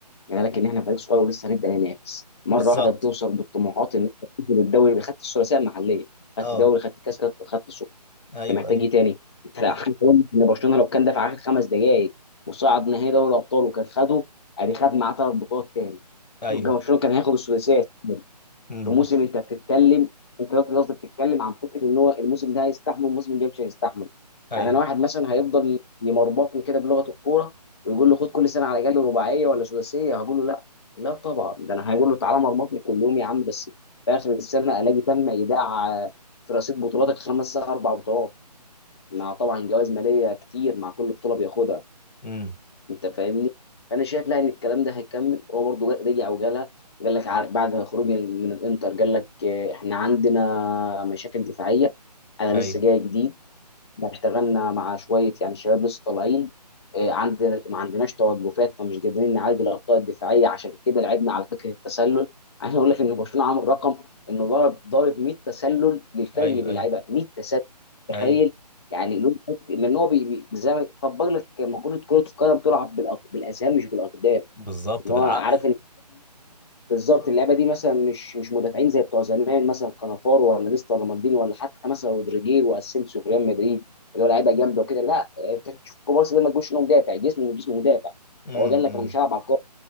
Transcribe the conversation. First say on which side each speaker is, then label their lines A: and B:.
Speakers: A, on the left; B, on the left.
A: يعني لكن احنا فريق صغير ولسه هنبدا ننافس مره
B: بالظبط
A: واحده بتوصل بالطموحات ان انت تنزل الدوري يبقى خدت الثلاثيه المحليه خدت
B: اه
A: دوري خدت كاس خدت خدت سوبر
B: ايوه
A: انت محتاج
B: ايوه
A: ايه تاني؟ انت لا حد يقول لك ان برشلونه لو كان دفع اخر خمس دقائق وصعد نهائي دوري الابطال وكان خده ادي خد معاه ثلاث بطولات تاني <laughs>
B: ايوه
A: يبقى برشلونه كان هياخد الثلاثيه
B: امم
A: في موسم انت بتتكلم انت دلوقتي قصدك بتتكلم عن فكره ان هو الموسم ده هيستحمل الموسم الجاي مش هيستحمل
B: ايوه
A: يعني انا واحد مثلا هيفضل يمربطني كده بلغه الكوره ويقول له خد كل سنه على جالي رباعيه ولا سداسيه هقول له لا لا طبعا ده انا هقول له تعالى مرمطني كل يوم يا عم بس في اخر السنه الاقي تم ايداع آه، في رصيد بطولاتك خمس اربع بطولات مع طبعا جوائز ماليه كتير مع كل بطوله بياخدها
B: امم
A: انت فاهمني انا شايف لا ان الكلام ده هيكمل هو برضه جا- رجع وجالها قال لك ع- بعد خروج من الانتر قال لك آه، احنا عندنا مشاكل دفاعيه انا
B: ايوه
A: لسه جاي جديد احنا اشتغلنا مع شويه يعني شباب لسه طالعين آه، عندنا ما عندناش توقفات فمش قادرين نعالج الاخطاء الدفاعيه عشان كده لعبنا على فكره التسلل عايز اقول لك ان برشلونه عامل رقم انه ضارب ضارب 100 تسلل للفرق
B: ايوه
A: اللي بيلعبها
B: ايوه
A: 100 تسلل تخيل
B: ايوه
A: يعني لو- لان هو بي- بي- زي ما طبق لك مقوله كره القدم تلعب بالأق- بالاذهان مش بالاقدام
B: بالظبط
A: ان
B: بالعقل
A: هو عارف بالظبط اللعبه دي مثلا مش مش مدافعين زي بتوع زمان مثلا كانافارو ولا نيستا ولا مالديني ولا حتى مثلا رودريجير واسينسيو في ريال مدريد اللي هو لعيبه جامده وكده لا انت تشوف بارسا ده ما تقولش انه مدافع جسمه جسمه مدافع
B: امم
A: هو قال لك انا مش هلعب على الكوره